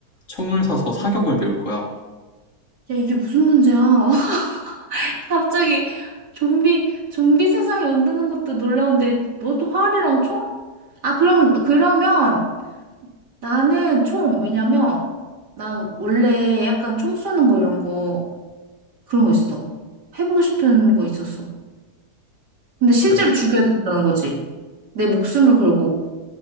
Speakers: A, on the left; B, on the right.
A: 총을 사서 사격을 배울 거야?
B: 야, 이게 무슨 문제야? <laughs> 갑자기 좀비, 좀비 세상이 온다는 것도 놀라운데, 뭐 또 활이랑 총? 아, 그럼, 그러면 나는 총. 왜냐면 난 원래 약간 총 쏘는 거 이런 거, 그런 거 있어. 해보고 싶은 거 있었어. 근데 실제로
A: 그래.
B: 죽여야 된다는 거지. 내 목숨을 걸고.